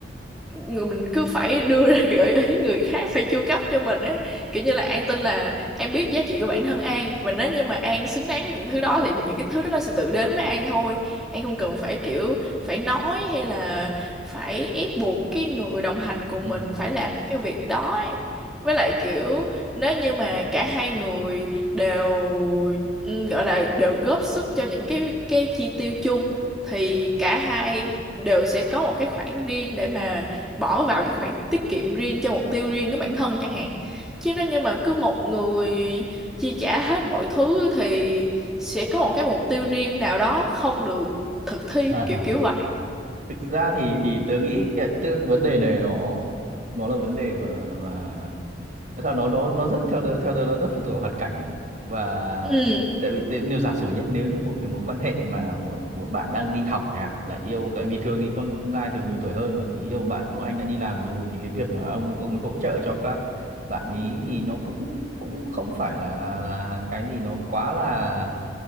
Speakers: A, in the centre; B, on the right.
A: người mình cứ phải đưa ra <laughs> gợi ý người khác phải chu cấp cho mình ấy kiểu như là An tin là An biết giá trị của bản thân An và nếu như mà An xứng đáng với những thứ đó thì những cái thứ đó nó sẽ tự đến với An thôi An không cần phải kiểu phải nói hay là phải ép buộc cái người đồng hành cùng
B: ừ.
A: mình phải làm những cái việc đó ấy. Với lại kiểu nếu như mà cả hai người đều ừ, gọi là đều góp sức cho những cái cái chi tiêu chung thì cả hai đều sẽ có một cái khoản riêng để mà bỏ vào cái khoản tiết kiệm riêng cho mục tiêu riêng của bản thân chẳng hạn chứ nếu như mà cứ một người chi trả hết mọi thứ thì sẽ có một cái mục tiêu riêng nào đó không được thực thi
B: <laughs>
A: kiểu kiểu vậy
B: thực ra thì thì tớ nghĩ cái, tức là cái vấn đề này nó nó là vấn đề mà mà Thế sao nó nó nó rất theo tớ, theo tớ nó rất phụ thuộc vào hoàn cảnh ấy và
A: ừ,
B: tại vì tại- nếu giả sử nhé nếu như một cái mối quan hệ mà một một bạn đang đi học chẳng hạn là yêu tại vì thường thì con trai thường nhiều tuổi hơn mà thì yêu một bạn một anh đã đi làm rồi thì cái việc mà ông ông ấy hỗ trợ cho các bạn ý thì nó cũng cũng không phải là là cái gì nó quá là